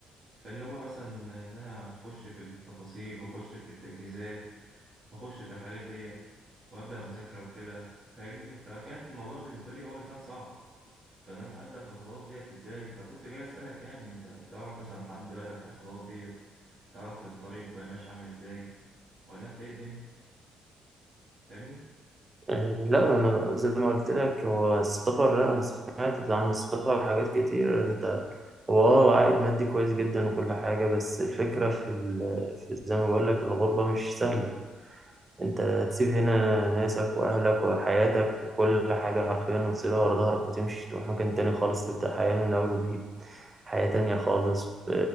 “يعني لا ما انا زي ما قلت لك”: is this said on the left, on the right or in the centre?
Right